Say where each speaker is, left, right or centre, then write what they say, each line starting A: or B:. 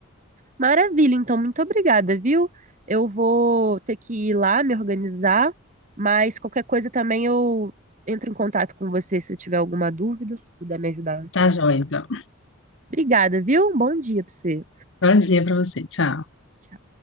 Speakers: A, on the right (about 35°); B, on the left (about 55°).
A: Maravilha, então, muito obrigada, viu? Eu vou ter que ir lá me organizar, mas qualquer coisa também eu entro em contato com você se eu tiver alguma dúvida, se puder me ajudar.
B: Tá joia, então.
A: Obrigada, viu? Um bom dia para você.
B: Bom dia pra você. Tchau.
A: Tchau.